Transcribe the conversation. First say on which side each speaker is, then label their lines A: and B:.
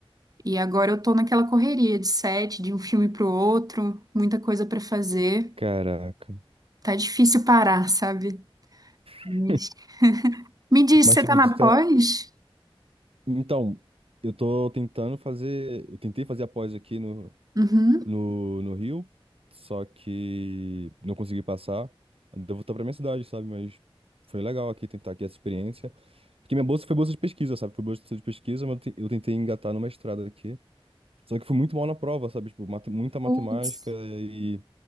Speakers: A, on the right; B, on the right.
A: E agora eu tô naquela correria de sete, de um filme pro outro, muita coisa pra fazer.
B: Caraca.
A: Tá difícil parar, sabe? Mas-
B: <laughs>
A: Me diz,
B: Mas,
A: você
B: tipo,
A: tá na
B: tu tá...
A: pós?
B: então, eu tô tentando fazer. Eu tentei fazer a pós aqui no,
A: Uhum.
B: no, no Rio, só que não consegui passar. Devo voltar pra minha cidade, sabe? Mas foi legal aqui tentar aqui essa experiência. Porque minha bolsa foi bolsa de pesquisa, sabe? Foi bolsa de pesquisa, mas eu te- eu tentei engatar numa estrada aqui. Só que eu fui muito mal na prova, sabe? Tipo, mate- muita matemática
A: Putz.
B: e,